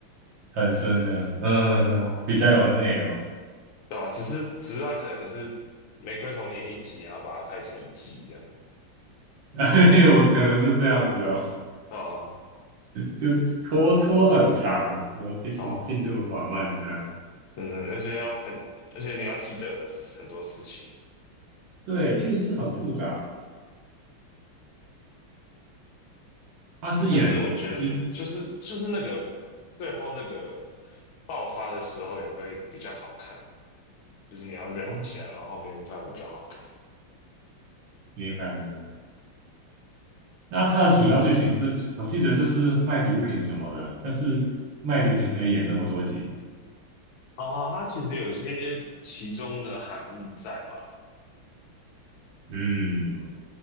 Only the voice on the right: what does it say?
很深的，嗯，嗯嗯比较有内容。
<laughs> 哎，我可能是这样子哦，
就拖拖很长，然后剧情进度缓慢这样。
对，剧情是很复杂，他是演就
哦，
明白明白。那它的主要剧情就我记得就是卖毒品什么的，但是卖毒品可以演这么多集，
嗯，